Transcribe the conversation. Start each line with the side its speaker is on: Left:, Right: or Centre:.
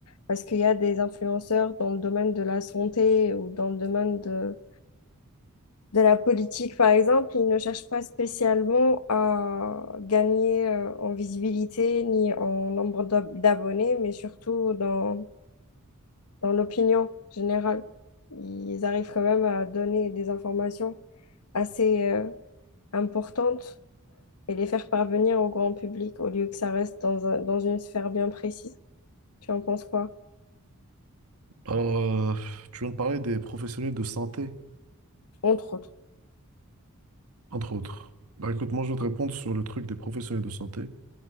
Left: Parce qu'il y a des influenceurs dans le domaine de la santé ou dans le domaine de, de la politique, par exemple, ils ne cherchent pas spécialement à gagner euh, en visibilité ni en nombre d'ab- d'abonnés, mais surtout dans, dans l'opinion générale. Ils arrivent quand même à donner des informations assez euh, importantes et les faire parvenir au grand public au lieu que ça reste dans un- dans une sphère bien précise. Tu en penses quoi?
Right: Alors, euh, tu viens de parler des professionnels de santé,
Left: Entre autres.
Right: entre autres. Bah écoute, moi je vais te répondre sur le truc des professionnels de santé.